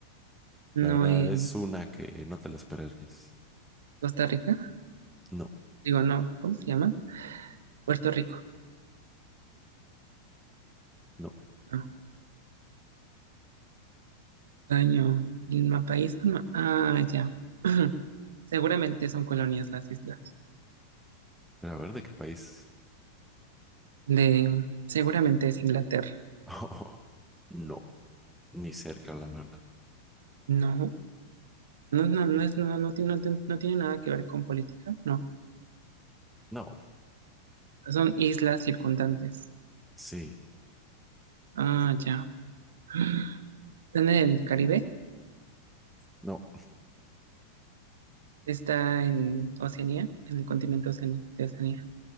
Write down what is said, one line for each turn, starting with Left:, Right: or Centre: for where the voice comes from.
Right: no
Centre: la verdad
Right: es
Centre: es una que no te la esperarías.
Right: Costa Rica,
Centre: No,
Right: digo, no, ¿cómo se llama? Puerto Rico,
Centre: no.
Right: no, año, el ma- país como, ah, ya, <clears throat> seguramente son colonias las islas,
Centre: Pero a ver, ¿de qué país?
Right: de, seguramente es Inglaterra,
Centre: <laughs> no, ni cerca, la verdad.
Right: no, no, no, no es, no, no, tiene- no, tiene no tiene nada que ver con política, no,
Centre: No,
Right: son islas circundantes,
Centre: sí.
Right: ah, ya, <clears throat> <gasps> están en el Caribe,
Centre: No,
Right: está en Oceanía, en el continente Oceani- de Oceanía,